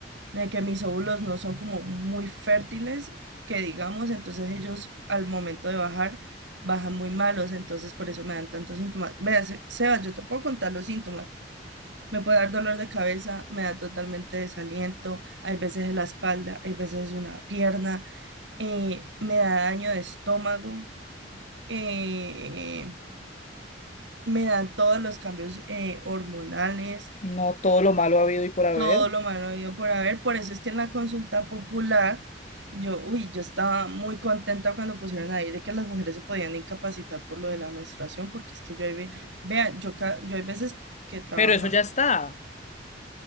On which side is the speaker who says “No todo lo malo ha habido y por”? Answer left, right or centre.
Left